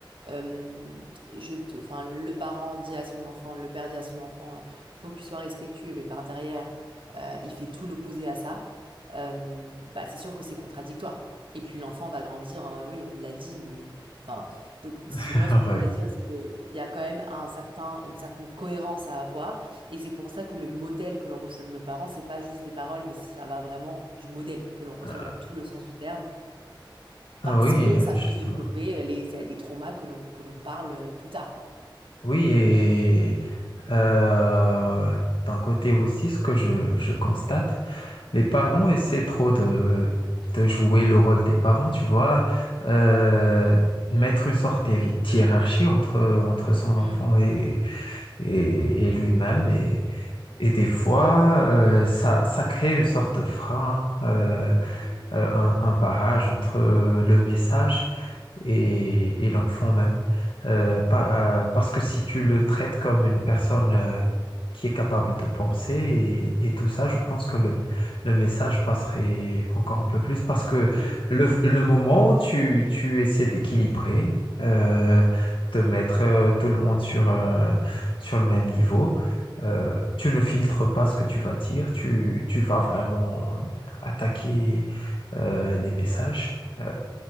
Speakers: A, on the right (about 80°); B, on the left (about 80°).
A: euh, je te, enfin, le parent dit à son enfant, le père dit à son enfant, euh, faut que tu sois respectueux, mais par derrière, euh, il fait tout l'opposé à ça, euh, bah, c'est sûr que c'est contradictoire. Et puis l'enfant va grandir, euh, oui, on me l'a dit, mais, enfin. Donc, c'est
B: <laughs>
A: ce que moi, ce que je
B: Ouais.
A: voulais dire, c'est qu'il y a quand même un certain, une certaine cohérence à avoir. Et c'est pour ça que le modèle que l'on reçoit de nos parents, c'est pas juste des paroles, mais ça va vraiment du modèle que l'on reçoit
B: Euh,
A: dans tout le sens du terme,
B: ah
A: parce
B: oui,
A: que
B: euh,
A: ça
B: justement.
A: peut développer les, les traumas que l'on que l'on parle euh, plus tard, quoi.
B: Oui, et euh, d'un côté aussi, ce que je, je constate, les parents essaient trop de, de jouer le rôle des parents, tu vois, euh, mettre une sorte d'hi- hiérarchie entre, entre son enfant
A: Mm,
B: et, et,
A: c'est vrai.
B: et lui-même. Et, et des fois, euh, ça, ça crée une sorte de frein, euh,
A: Mm,
B: euh, un, un barrage entre le message et, et l'enfant même. Euh, pa- euh, parce que si tu le traites comme une personne euh, qui est capable de penser et, et tout ça, je pense que le, le message passerait encore un peu plus parce
A: ça
B: que
A: serait mieux.
B: le, le moment où tu, tu essaies d'équilibrer, euh, de mettre euh, tout le monde sur, euh, sur le même niveau, euh, tu ne filtres pas ce que tu vas dire, tu, tu vas
A: Mm,
B: vraiment attaquer euh, les messages.
A: c'est vrai.
B: Euh,